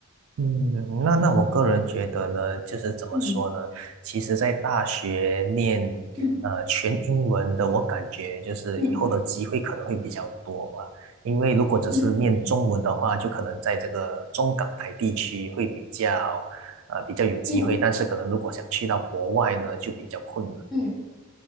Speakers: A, on the right; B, in the centre.
A: 嗯，那那我个人觉得呢，就是怎么说呢？
B: 嗯
A: 其实，在大学念
B: 嗯
A: 呃全英文的，我感觉就是以后的机会可能会比较多吧。
B: 嗯
A: 因为如果只是念中文的话，
B: 嗯
A: 就可能在这个中港台地区会比较呃比较有机会，
B: 嗯嗯。
A: 但是可能如果想去到国外呢，就比较困难。
B: 嗯